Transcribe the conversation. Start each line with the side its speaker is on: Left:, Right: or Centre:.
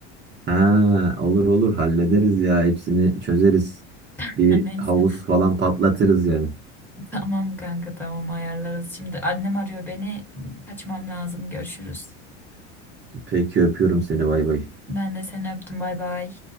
Right: ha, olur olur hallederiz ya hepsini çözeriz.
Centre: <laughs>
Right: Bir
Centre: Neyse.
Right: havuz falan patlatırız yani.
Centre: Tamam kanka tamam ayarlarız. Şimdi annem arıyor beni. Kaçmam lazım. Görüşürüz.
Right: Peki öpüyorum seni bay bay.
Centre: Ben de seni öptüm. Bay bay.